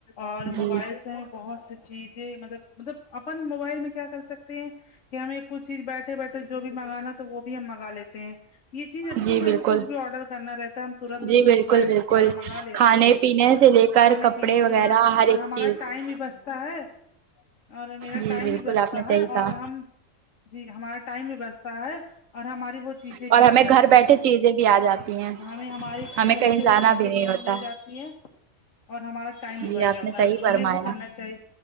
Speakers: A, on the left; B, on the right.
A: اور
B: جی
A: موبائل سے بہت سی چیزیں مطلب مطلب اپن موبائل میں کیا کر سکتے ہیں کہ ہمیں کچھ چیز بیٹھے بیٹھے جو بھی منگانا تو وہ بھی ہم منگا لیتے ہیں یہ چیز اچھی
B: جی
A: ہے ہمیں
B: بالکل
A: کچھ بھی آرڈر کرنا رہتا ہے ہم ترنت
B: جی
A: ان کو
B: بالکل
A: موبائل
B: بالکل
A: دوارا منگا لیتے
B: کھانے
A: ہیں
B: پینے سے لے کر
A: کھانے
B: کپڑے
A: پینے کے
B: وغیرہ
A: یہاں
B: ہر
A: اور
B: ایک
A: ہمارا
B: چیز
A: ٹائم بھی بچتا ہے اور میرا
B: جی
A: ٹائم
B: بالکل
A: بھی بچتا
B: آپ نے
A: ہے
B: صحیح کہا
A: اور ہم جی ہمارا ٹائم بھی بچتا ہے اور ہماری وہ چیزیں
B: اور
A: بھی
B: ہمیں
A: آ جاتی
B: گھر بیٹھے
A: ہیں
B: چیزیں بھی آ جاتی ہیں
A: ہمیں ہماری
B: ہمیں
A: گھر
B: کہیں
A: بیٹھے
B: جانا
A: وہ چیزیں
B: نہیں
A: بھی ہمیں
B: ہوتا
A: مل جاتی ہیں اور ہمارا ٹائم بھی
B: جی
A: بچ جاتا
B: آپ نے صحیح
A: ہے تو
B: فرمایا
A: ہمیں وہ کرنا چاہیے